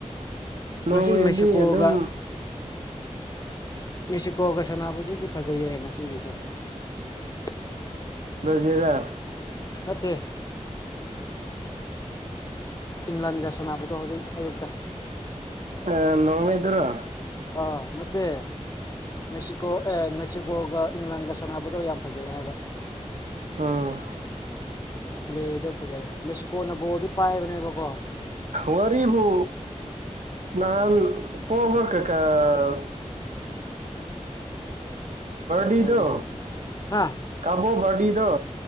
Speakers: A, on the right; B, on the left.
A: ꯅꯣꯔꯋꯦꯗꯤ
B: ꯉꯁꯤ ꯃꯦꯛꯁꯤꯀꯣꯒ
A: ꯑꯗꯨꯝ
B: ꯃꯦꯛꯁꯤꯀꯣꯒ ꯁꯥꯟꯅꯕꯁꯤꯗꯤ ꯐꯖꯩꯌꯦ ꯉꯁꯤꯒꯤꯁꯦ <unintelligible>
A: ꯕ꯭ꯔꯖꯤꯜ ꯂꯥ
B: ꯅꯠꯇꯦ ꯏꯪꯂꯥꯟꯒ ꯁꯥꯟꯅꯕꯗꯣ ꯍꯧꯖꯤꯛ ꯑꯌꯨꯛꯇ
A: ꯑ ꯅꯣꯔꯋꯦ ꯗꯔꯣ
B: ꯑ ꯅꯠꯇꯦ ꯃꯦꯛꯁꯤꯀꯣ ꯑꯦ ꯃꯦꯛꯁꯤꯀꯣꯒ ꯏꯪꯂꯥꯟꯒ ꯁꯥꯟꯅꯕꯗꯣ ꯌꯥꯝ ꯐꯖꯩ ꯍꯥꯏꯕ
A: ꯑꯥ
B: ꯄ꯭ꯂꯦꯗ ꯐꯖꯩ ꯃꯦꯛꯁꯤꯀꯣꯅ ꯕꯣꯜꯗꯤ ꯄꯥꯏꯕꯅꯦꯕꯀꯣ
A: ꯋꯥꯔꯤꯕꯨ ꯅꯍꯥꯟ ꯄꯣꯕ <unintelligible> ꯗꯤꯗ
B: ꯀꯩꯅꯣ ꯍꯥ
A: ꯀꯕꯨꯣ ꯗ